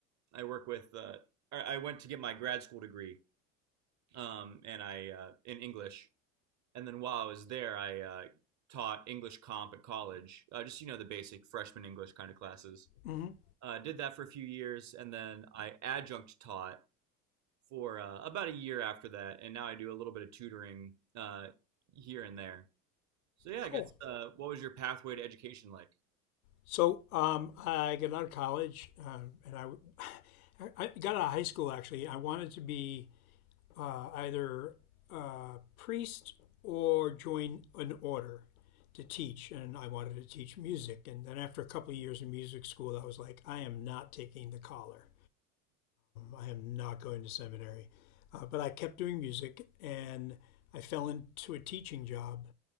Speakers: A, on the right; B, on the left.
A: I work with, uh, I went to get my grad school degree um, and I uh, in English. And then while I was there, I uh, taught English comp at college, uh, just you know the basic freshman English kind of classes.
B: hmm
A: Uh, did that for a few years, and then I adjunct taught for uh, about a year after that, and now I do a little bit of tutoring uh, here and there. So yeah,
B: cool.
A: I guess uh, what was your pathway to education like?
B: So um, I got out of college, um, and I, <laughs> I got out of high school. Actually, I wanted to be uh, either a priest or join an order to teach. And I wanted to teach music. And then after a couple of years in music school, I was like, I am not taking the collar. I am not going to seminary. Uh, but I kept doing music and I fell into a teaching job.